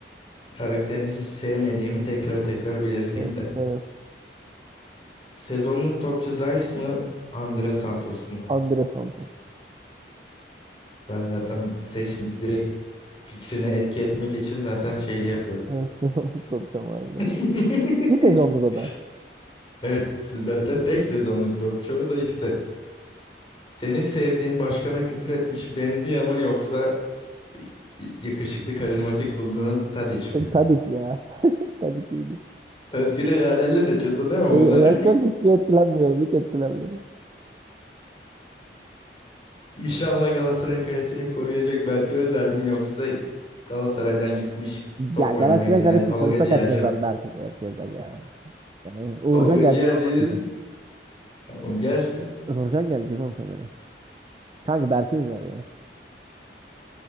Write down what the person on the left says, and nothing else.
Karakterini hiç sevmediğimi tekrar tekrar belirteyim
de.
Sezonluk topçu Zeiss mı? Andre Santos mu?
Ben zaten seçim direkt fikrine etki etmek için zaten şeyli yapıyorum.
<laughs>
Evet zaten tek sezonluk topçu o da işte. Senin sevdiğin başkana küfür etmiş benziyor ama yoksa y- yakışıklı karizmatik bulduğun Tadiç
mi?
Özgür iradenle seçiyorsun değil mi bunları?
<laughs> İnşallah Galatasaray'ın kalesini koruyacak Berke Özer mi yoksa Galatasaray'dan gitmiş top
oynamayı
bilmeyen
Tolga
Ciğerci
mi?
Tolga
Ciğerci
tamam gelsin.